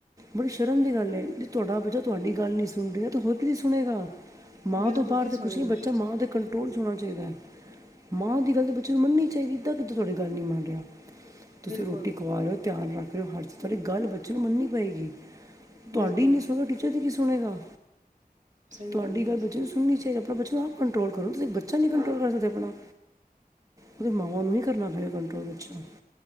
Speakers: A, on the right; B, on the right.
A: ਬੜੀ ਸ਼ਰਮ ਦੀ ਗੱਲ ਏ, ਜੇ ਤੁਆਡਾ ਬੱਚਾ ਤੁਆਡੀ ਗੱਲ ਨੀਂ ਸੂੰ ਣ ਰੇਯਾ ਤੇ ਹੋਰ ਕੀਦੀ ਸੁਣੇਗਾ। ਮਾਂ
B: ਬਿਲਕੁਲ
A: ਤੋਂ ਬਾਰ
B: ਕੀ
A: ਤੇ
B: ਸੁਣੇਗਾ
A: ਕੁਛ ਨੀਂ ਬੱਚਾ ਮਾਂ ਦੇ ਕੰਟਰੋਲ ਚ ਹੋਣਾ ਚਾਈਦਾ। ਮਾਂ ਦੀ ਗੱਲ ਤਾਂ ਬੱਚੇ ਨੂੰ ਮੰਨੀ ਚਾਈਦੀ ਏ, ਏਦਾਂ ਕਿੱਦਾ ਤੁਆਡੀ ਗੱਲ ਨੀ ਮੰਨ ਰੇਯਾ। ਤੁਸੀਂ
B: ਬਿਲਕੁਲ
A: ਰੋਟੀ ਖਵਾ ਰੇਓ, ਧਿਆਨ ਰੱਖ ਰੇਓ, ਹਰ ਚੀਜ਼ ਤੁਆਡੀ ਗੱਲ ਬੱਚੇ ਨੂੰ ਮੰਨਨੀ ਪਏਗੀ।
B: ਬਿਲਕੁਲ
A: ਤੁਆਡੀ ਨੀਂ ਸੁਣਦਾ, ਟੀਚਰ ਦੀ ਕੀ ਸੁਣੇਗਾ?
B: ਸਹੀ
A: ਤੁਆਡੀ
B: ਹੈ
A: ਗੱਲ ਬੱਚੇ ਨੂੰ ਸੁਨਣੀ ਚਾਈਦੀ, ਅਪਣਾ ਬੱਚਾ ਨੂੰ ਆਪ ਕੰਟਰੋਲ ਕਰੋ ਤੁਸੀਂ ਬੱਚਾ ਨਈਂ ਕੰਟਰੋਲ ਕਰ ਸਕਦੇ ਅਪਣਾ, ਕਿਉਂਕਿ ਮਾਵਾਂ ਨੂੰ ਹੀ ਕਰਨਾ ਪਏਗਾ ਕੰਟਰੋਲ ਬੱਚਾ।